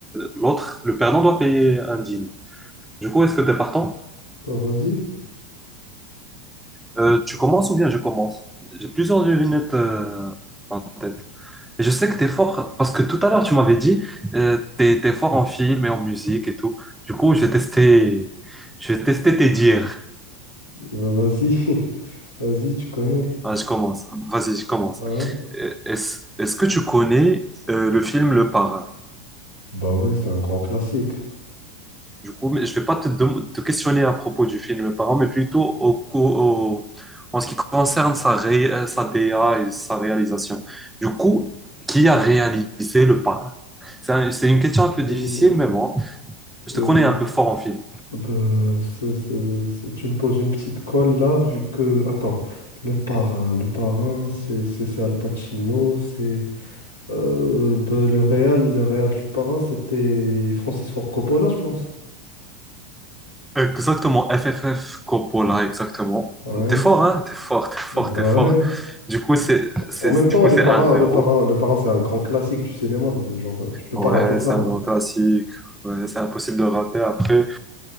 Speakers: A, in the centre; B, on the left.
A: l'autre, le perdant doit payer un dîner. Du coup, est-ce que tu es partant?
B: bah vas-y,
A: Euh, tu commences ou bien je commence? J'ai plusieurs devinettes euh, en tête. Et Je sais que t'es fort parce que tout à l'heure tu m'avais dit euh, t'es t'es fort en film et en musique et tout. Du coup, je vais tester, je vais tester tes dires.
B: bah vas-y, <laughs> vas-y, tu connais.
A: Ah, je commence. Vas-y, je commence.
B: Ouais,
A: Euh, Est-ce est-ce que tu connais euh, le film Le Parrain?
B: bah ouais, c'est un grand classique.
A: Du coup, mais je vais pas te, dem- te questionner à propos du film Le Parrain, mais plutôt au, co- au- en ce qui concerne sa, ré- euh, sa DA et sa réalisation. Du coup, qui a réalisé Le Parrain? C'est un- c'est une question un peu
B: Hmm,
A: difficile, mais bon, je
B: euh,
A: te connais un peu fort en film.
B: bah, c'est- c'est- c'est- tu me poses une petite colle là, vu que. Attends, le parrain, le parrain, c'est c'est- c'est Al Pacino, c'est. euh, bah, le réal, le réal du parrain, c'était Francis Ford Coppola, je pense.
A: Exactement, FFF Coppola, exactement.
B: Ouais,
A: T'es fort, hein? T'es fort, t'es fort,
B: bah
A: t'es fort.
B: ouais.
A: Du coup, c'est, c'est,
B: En même temps,
A: du coup,
B: De
A: c'est
B: Parrain,
A: un zéro
B: De Parrain, De Parrain, c'est un grand classique du cinéma. Genre, euh, tu peux
A: Ouais,
B: pas rater ça.
A: c'est un grand classique. Ouais, c'est impossible de rater. Après,